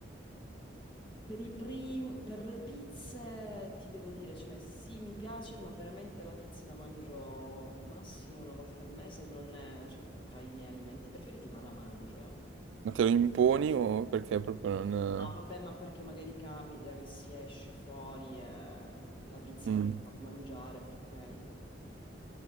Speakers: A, on the left; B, on the right.
A: Per i prim- per le pizze ti devo dire, cioè sì, mi piace, ma veramente la pizza la mangio massimo una volta al mese, non è, cioè, tra i miei alimenti preferiti, ma la mangio. eh.
B: Ma te lo imponi o perché proprio non...
A: Ah, vabbè, ma perché magari capita che si esce fuori e la pizza
B: Mm,
A: la si fa mangiare per quello.